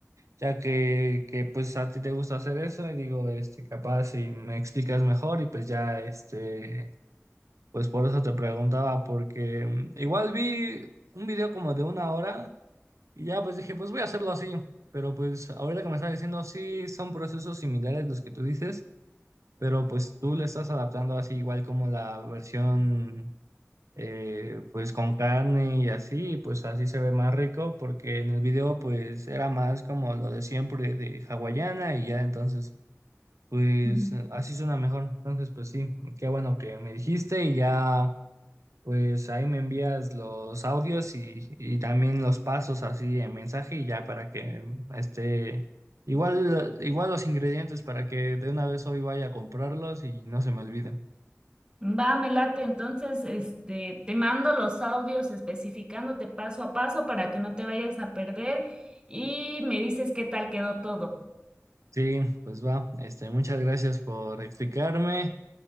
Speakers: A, on the right; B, on the right.
A: ya que, que pues a ti te gusta hacer eso, y digo, este, capaz si me explicas mejor y pues ya, este, pues por eso te preguntaba, porque mm, igual vi un video como de una hora. Y ya pues dije, pues voy a hacerlo así. Pero pues ahorita que me estás diciendo, sí, son procesos similares los que tú dices, pero pues tú le estás adaptando así igual como la versión eh, pues con carne y así, y, pues así se ve más rico porque en el video pues era más como lo de siempre de hawaiana y ya entonces pues
B: Ujú.
A: así suena mejor. Entonces pues sí, qué bueno que me dijiste y ya pues ahí me envías los audios y, y también los pasos así en mensaje y ya para que mm, este igual igual los ingredientes para que de una vez hoy vaya a comprarlos y no se me olviden.
B: Va, me late. Entonces, este, te mando los audios especificándote paso a paso para que no te vayas a perder y me dices qué tal quedó todo.
A: Sí, pues va. Este, muchas gracias por explicarme